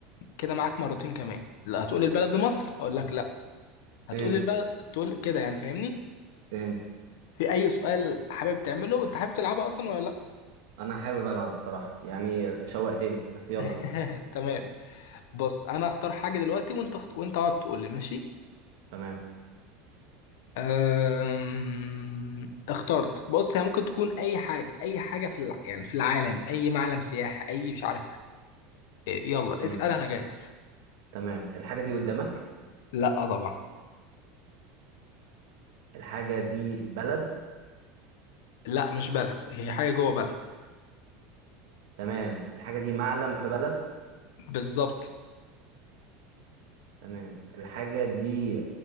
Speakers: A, on the left; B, on the right.
A: كده معاك مرتين كمان لا هتقول البلد دي مصر اقول لك لا هتقول
B: فهمت
A: البلد تقول كده يعني فاهمني
B: فهمت
A: في اي سؤال حابب تعمله انت حابب تلعبها اصلا ولا لا
B: انا حابب العب بصراحه يعني شوقتني بس يلا
A: <laughs>
B: بينا
A: تمام بص انا اختار حاجه دلوقتي وانت اخت- وانت اقعد تقول لي ماشي
B: تمام
A: أم... اخترت بص هي ممكن تكون اي حاجه اي حاجه في الع... يعني في العالم اي معلم سياحي اي مش عارف حاجة. إيه، يلا
B: تمام
A: اسال انا جاهز
B: تمام الحاجه دي قدامك
A: لا طبعا
B: الحاجه دي بلد
A: لا مش بلد هي حاجه جوه بلد
B: تمام الحاجه دي معلم في بلد
A: بالظبط
B: تمام الحاجه دي